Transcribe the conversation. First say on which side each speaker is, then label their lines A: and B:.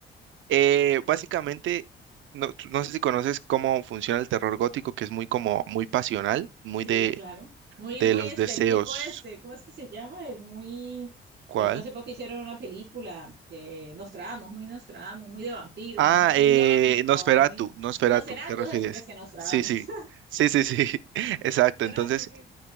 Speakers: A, on the right; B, on the right.
A: Eh, básicamente, no, tú- no sé si conoces cómo funciona el terror gótico, que es muy como, muy pasional, muy
B: Sí,
A: de,
B: claro. Muy,
A: de
B: muy
A: los
B: este,
A: deseos.
B: el tipo este, ¿cómo es que se llama? El muy,
A: ¿Cuál?
B: que de hecho hace poco hicieron una película de Nostradamus, muy Nostradamus, muy de vampiros,
A: Ah,
B: muy así
A: eh,
B: hipnótico,
A: Nosferatu,
B: muy...
A: Nosferatu,
B: Nosferatu,
A: ¿te refieres?
B: eso que es que Nostradamus.
A: Sí, sí, sí, sí, sí, <laughs> exacto.
B: <laughs> Nosferatu,
A: Entonces,
B: sí.